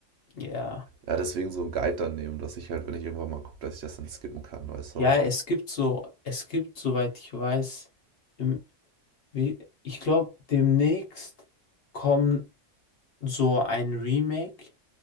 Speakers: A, on the left; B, on the right.
A: ja.
B: Ja, deswegen so einen Guide dann nehmen, dass ich halt, wenn ich irgendwann mal gucke, dass ich das dann skippen kann, weißt
A: Ja,
B: du?
A: es gibt so, es gibt, soweit ich weiß, im, wie, ich glaube, demnächst kommen. so ein Remake,